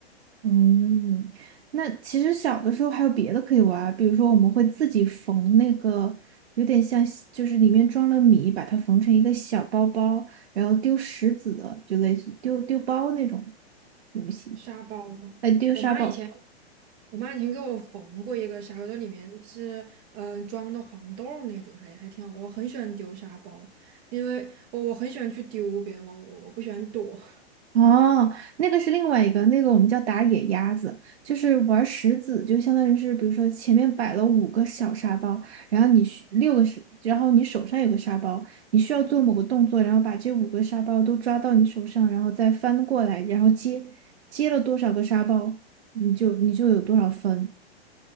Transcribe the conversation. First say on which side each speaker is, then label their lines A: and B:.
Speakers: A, on the right (about 85°); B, on the right (about 25°).
A: 嗯，那其实小的时候还有别的可以玩儿比如说我们会自己缝那个，有点像西就是里面装了米，把它缝成一个小包包，然后丢石子的，就类似丢丢包那种游戏，
B: 沙包吗？
A: 哎，丢沙包。
B: 我妈以前，我妈以前给我缝过一个沙包，它里面是嗯、呃装的黄豆儿那种，还还挺好玩。我很喜欢丢沙包，因为我我很喜欢去丢别人，我我我不喜欢躲。<laughs>
A: 哦，那个是另外一个，那个我们叫打野鸭子，就是玩石子，就相当于是，比如说前面摆了五个小沙包，然后你需六个是，然后你手上有个沙包，你需要做某个动作，然后把这五个沙包都抓到你手上，然后再翻过来，然后接接了多少个沙包，你就你就有多少分。